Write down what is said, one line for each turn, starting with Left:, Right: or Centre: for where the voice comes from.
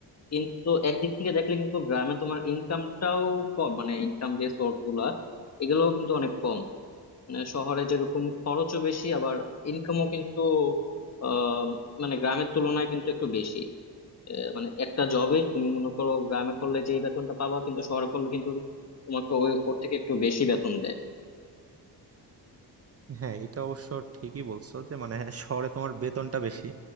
Left: কিন্তু একদিক থেকে দেখলে কিন্তু গ্রামে তোমার ইনকামটাও কম মানে ইনকাম যে সোর্স গুলা এগুলোও কিন্তু অনেক কম মানে শহরে যেরকম খরচও বেশি আবার ইনকামও কিন্তু আহ মানে গ্রামের তুলনায় কিন্তু একটু বেশি এ, মানে একটা জবে তুমি মনে করো গ্রামে করলে যে বেতনটা পাবা কিন্তু শহরে করলে কিন্তু তোমাকে ওই ওর থেকে একটু বেশি বেতন দেয়
Right: হ্যাঁ এটা অবশ্য ঠিকই বলছো যে মানে <laughs> শহরে তোমার বেতনটা বেশি